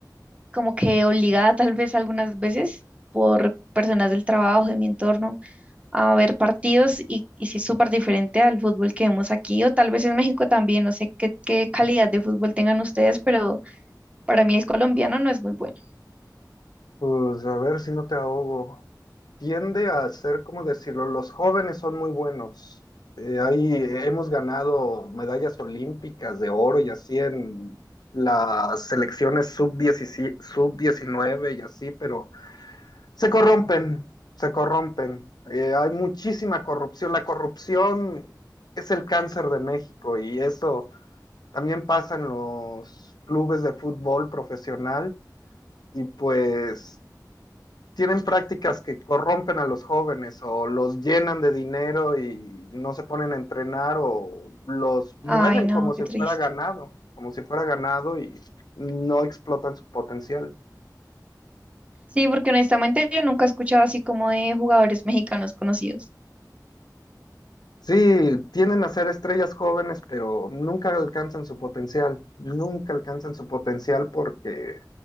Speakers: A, on the right; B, on the left.
A: como que obligada tal vez algunas veces por personas del trabajo, de mi entorno a ver partidos y, y si es súper diferente al fútbol que vemos aquí o tal vez en México también, no sé qué, qué calidad de fútbol tengan ustedes, pero para mí el colombiano no es muy bueno.
B: Pues a ver si no te ahogo. Tiende a ser, cómo decirlo? Los jóvenes son muy buenos. Eh, ahí hemos ganado medallas olímpicas de oro y así en las selecciones sub diecinueve y así, pero Se corrompen, se corrompen. Eh, hay muchísima corrupción. La corrupción es el cáncer de México y eso también pasa en los clubes de fútbol profesional y pues tienen prácticas que corrompen a los jóvenes o los llenan de dinero y no se ponen a entrenar o los mueven
A: Ay, no,
B: como si
A: qué triste.
B: fuera ganado, como si fuera ganado y no explotan su potencial.
A: Sí, porque honestamente yo nunca he escuchado así como de jugadores mexicanos conocidos.
B: Sí, tienden a ser estrellas jóvenes, pero nunca alcanzan su potencial, nunca alcanzan su potencial porque